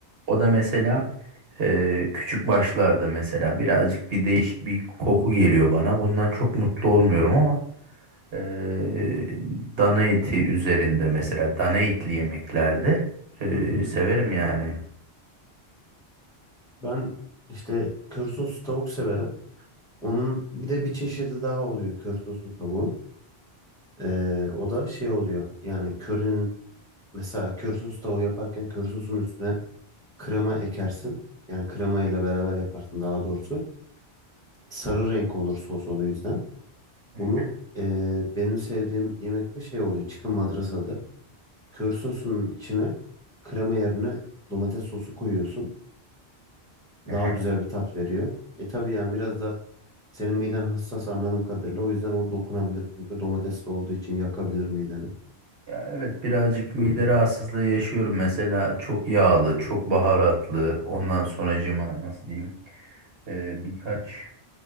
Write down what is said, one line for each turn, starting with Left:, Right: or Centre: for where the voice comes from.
Right: o da mesela Ee, küçük başlarda mesela birazcık bir değiş bir koku geliyor bana. Bundan çok mutlu olmuyorum ama ee, dana eti üzerinde mesela dana etli yemeklerde ee,
Centre: Hı hı.
Right: severim yani.
Centre: Ben işte köri soslu tavuk severim. Onun bir de bir çeşidi daha oluyor köri soslu tavuğun. Ee, o da şey oluyor yani körinin mesela köri soslu tavuğu yaparken köri sosun üstüne krema ekersin. Yani krema ile beraber yaparsın daha doğrusu. Sarı renk olur sos o yüzden.
Right: Hı
Centre: Bunu
Right: hı.
Centre: ee, benim sevdiğim yemekte şey oluyor. Chicken madrasa adı. Kör sosunun içine krema yerine domates sosu koyuyorsun.
Right: hı
Centre: Daha
Right: hı.
Centre: güzel bir tat veriyor. E tabii yani biraz da senin miden hassas anladığım kadarıyla. O yüzden o dokunabilir. Çünkü domatesli olduğu için yakabilir mideni.
Right: Ya evet birazcık mide
Centre: <clears throat>
Right: rahatsızlığı yaşıyorum. Mesela çok yağlı, çok baharatlı. Ondan sonracıma nasıl diyeyim? ee, birkaç